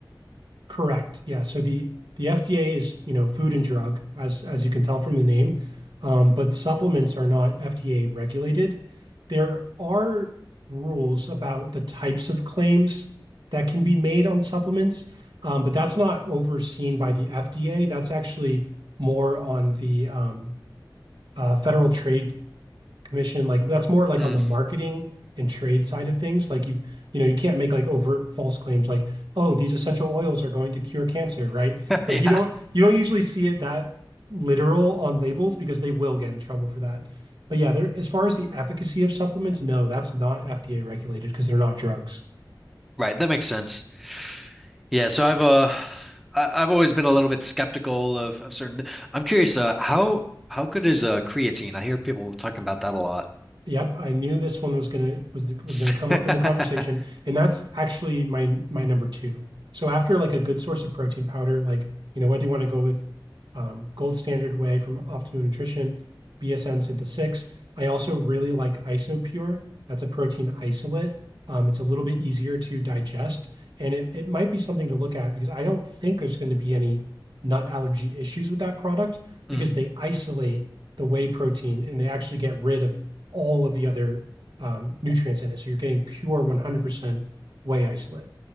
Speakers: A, on the right (about 70°); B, in the centre.
A: Correct. Yeah. So the the FDA is, you know, food and drug, as as you can tell from the name. um, But supplements are not FDA regulated. There are rules about the types of claims that can be made on supplements, um, but that's not overseen by the FDA. That's actually more on the um, uh, Federal Trade commission like that's more like
B: Mm.
A: on the marketing and trade side of things like you you know you can't make like overt false claims like oh these essential oils are going to cure cancer right
B: <laughs> Yeah.
A: like you don't you don't usually see it that literal on labels because they will get in trouble for that but yeah there as far as the efficacy of supplements no that's not FDA regulated because they're not drugs
B: Right, that makes sense. Yeah, so I've uh I, I've always been a little bit skeptical of, of certain I'm curious uh how how good is uh creatine? I hear people talking about that a lot.
A: Yep, I knew this one was gonna was the, was gonna
B: <laughs>
A: come up in the conversation, and that's actually my my number two. So after like a good source of protein powder, like you know whether you want to go with um, Gold Standard Whey from Optimum Nutrition, BSN Synth 6. I also really like IsoPure. That's a protein isolate. Um, it's a little bit easier to digest, and it it might be something to look at because I don't think there's going to be any nut allergy issues with that product
B: Mm.
A: because they isolate the whey protein and they actually get rid of all of the other um, nutrients in it. So you're getting pure 100% whey isolate.